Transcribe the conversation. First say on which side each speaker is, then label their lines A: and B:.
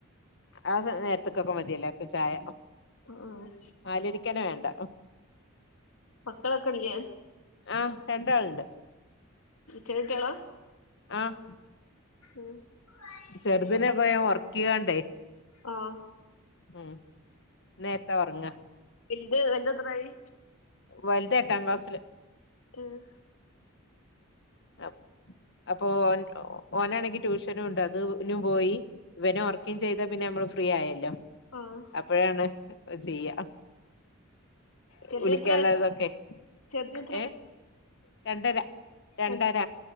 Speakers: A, on the left (about 55°); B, on the left (about 85°).
A: ആ നേരത്ത് ക്കൊക്കെ മതിയല്ലോ അപ്പൊ ചായ
B: ആഹ് ആഹ്
A: നാല് ണിക്ക് ന്നെ വേണ്ട
B: മക്കളൊക്കെ ഇല്ലേ
A: ആഹ് രണ്ടാളുണ്ട്
B: ചെറി കുട്ടികളാ
A: ആഹ്
B: ഉം
A: ചെർതിനെ
B: എത്രയിലാ
A: പോ ഞാൻ ഒർക്കിക്കാണ്ടെ
B: ആഹ്
A: ഉം ഇന്നെര്ത്താ ഒർങ്ങാ
B: വൽത് വൽതെത്രായി
A: വൽത് എട്ടാം ക്ലാസില്
B: ഇഹ്
A: അപ് അപ്പൊ ഓൻ ഓനാണെങ്കി ട്യൂഷനു ഉണ്ട് അത് നും പോയി ഇവനെ ഓർക്കിം ചെയ്ത പിന്നെ നമ്മള് ഫ്രീ ആയല്ലോ
B: ആഹ്
A: അപ്പഴാണ് ചെയ്യാ
B: ചെറുതിന്
A: വിളിക്കാൻള്ള
B: എത്ര വയസ്
A: തൊക്കെ
B: ചെറുതിന്
A: ഏ രണ്ടര രണ്ടര
B: എ ൻ